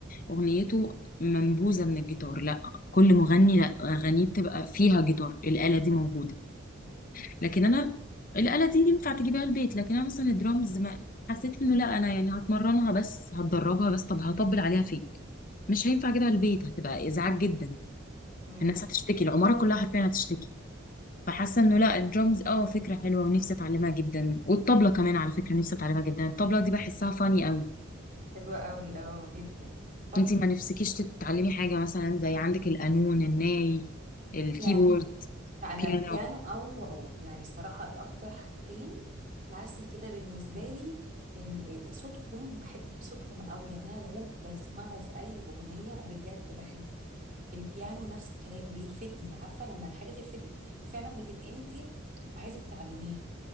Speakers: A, on the left; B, on the right.
A: أغنيته منبوذة من الجيتار لا كل مغني لا أغانيه بتبقى فيها جيتار الآلة دي موجودة لكن
B: صح
A: أنا الآلة دي ينفع تجيبها البيت لكن أنا مثلا الدرامز ما حسيت إنه لا أنا يعني هتمرنها بس هتدربها بس طب هطبل عليها فين مش هينفع أجيبها البيت هتبقى إزعاج جدا
B: امم
A: الناس هتشتكي العمارة كلها حرفيا هتشتكي فحاسه انه لا الدرامز اه فكره حلوه ونفسي اتعلمها جدا والطبله كمان على فكره نفسي اتعلمها جدا الطبله دي بحسها فاني قوي
B: حلوة قوي اه جدا تحفة
A: انتي ما نفسكيش تتعلمي حاجة مثلا زي عندك القانون الناي الكيبورد
B: بيانو لا انا
A: بيانو
B: بيانو او عود يعني الصراحة اكتر حاجتين كلاسي كده بالنسبة لي ال- ال- صوتهم بحب صوتهم قوي يعني انا العود بسمعه في اي اغنية بجد بحبه البيانو نفس الكلام بيلفتني عارفة لما الحاجة تلفتك فعلا بتبقي انتي عايزة تتعلميها